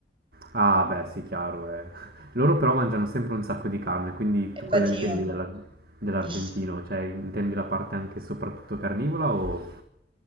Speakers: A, on the right; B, on the right.
A: Ah, beh, sì, chiaro. eh. Loro però mangiano sempre un sacco di carne, quindi
B: E
A: tu
B: Infatti
A: cosa intendi
B: io.
A: dell'ar- dell'argentino?
B: <laughs>
A: Cioè, intendi la parte anche soprattutto carnivora o...